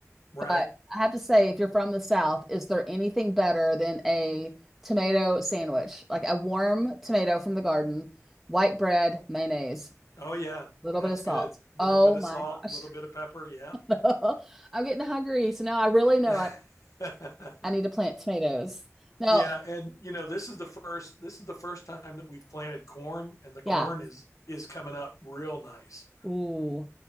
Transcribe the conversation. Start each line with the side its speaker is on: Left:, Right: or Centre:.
Left: right.
Centre: But I have to say, if you're from the South, is there anything better than a tomato sandwich? Like a warm tomato from the garden, white bread, mayonnaise,
Left: Oh yeah,
Centre: a little
Left: that's
Centre: bit of salt.
Left: good. A little
Centre: Oh
Left: bit of
Centre: my
Left: salt,
Centre: gosh.
Left: a little bit of pepper. Yeah,
Centre: <laughs> I'm getting hungry. So now I really know
Left: yeah.
Centre: I,
Left: <laughs>
Centre: I need to plant tomatoes. Now,
Left: Yeah, and you know this is the first this is the first time that we've planted corn, and the corn
Centre: yeah,
Left: is is coming up real nice.
Centre: Ooh.